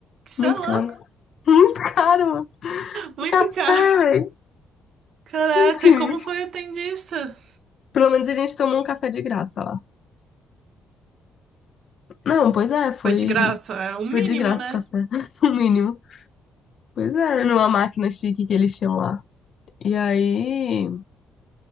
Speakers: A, on the right; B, on the left.
A: Isso
B: Muito
A: é louco.
B: caro. Muito caro.
A: <laughs> Muito
B: Café,
A: caro.
B: velho.
A: Caraca,
B: Enfim.
A: e como foi o atendista?
B: Pelo menos a gente tomou um café de graça lá. Não, pois é, foi,
A: Foi de graça, é o mínimo,
B: foi de graça
A: né?
B: o café, <laughs> o mínimo. Pois é, numa máquina chique que eles tinham lá. E aí,